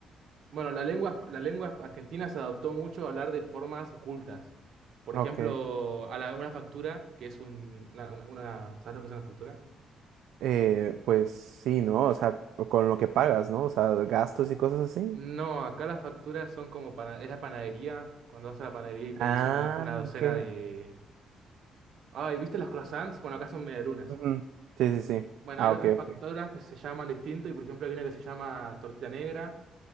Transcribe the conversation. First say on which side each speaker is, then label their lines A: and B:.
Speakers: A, on the right; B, on the right.
A: bueno, la lengua, la lengua argentina se adoptó mucho a hablar de formas ocultas. Por
B: ok.
A: ejemplo, a la- una factura, que es un, una, una- una- ¿sabes lo que es una factura?
B: Eh, pues sí, ¿no? O sea, con lo que pagas, ¿no? O sea, gastos y cosas así.
A: No, acá las facturas son como para... Es la panadería, cuando vas a la panadería y pedís
B: Ah,
A: una, una docena
B: ok.
A: de... Ay, ¿viste los croissants? Bueno, acá son medialunas.
B: Ujú. Sí, sí, sí.
A: Bueno,
B: Ah,
A: hay otras
B: ok, ok,
A: facturas que se llaman distinto y por ejemplo hay una que se llama tortita negra,